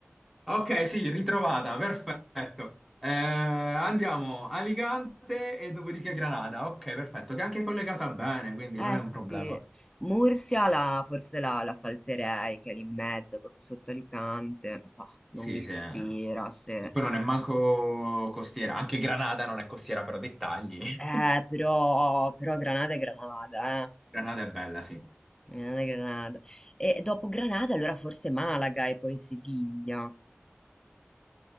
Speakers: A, in the centre; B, on the left (about 15°).
A: Ok, sì, ritrovata, perfetto. Eh, andiamo a Alicante e dopodiché Granada. Ok, perfetto, che è anche collegata bene, quindi
B: eh
A: non è
B: sì,
A: un problema.
B: Mursia la, forse la, la salterei, che è lì in mezzo, proprio sotto Alicante. Bah, non
A: Sì,
B: mi ispira,
A: sì. E
B: se...
A: poi non è manco costiera. Anche Granada non è costiera, però dettagli.
B: Eh,
A: <laughs>
B: però, però Granada è Granada, eh.
A: Granada è bella, sì.
B: Granada è Granada. E dopo Granada, allora forse Malaga e poi Siviglia.